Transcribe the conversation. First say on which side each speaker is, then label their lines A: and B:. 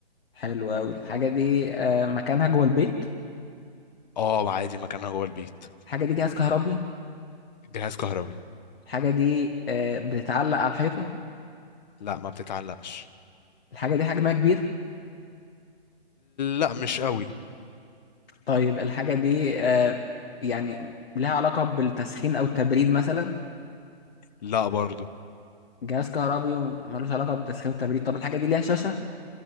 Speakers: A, on the left; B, on the left.
A: حلو قوي الحاجه دي آه مكانها جوه البيت
B: اه عادي مكانها جوه البيت
A: الحاجه دي جهاز كهربي
B: جهاز كهربي
A: الحاجه دي آه بتتعلق على الحيطه
B: لا ما بتتعلقش
A: الحاجة دي حجمها كبير
B: لا مش قوي
A: طيب الحاجة دي آه يعني لها علاقة بالتسخين أو التبريد مثلا
B: لا برضو
A: جهاز كهربي وملوش علاقة بالتسخين والتبريد طب الحاجة دي ليها شاشة